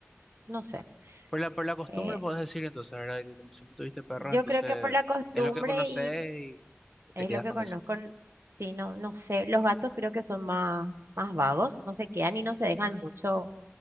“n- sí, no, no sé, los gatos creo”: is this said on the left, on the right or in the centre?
Right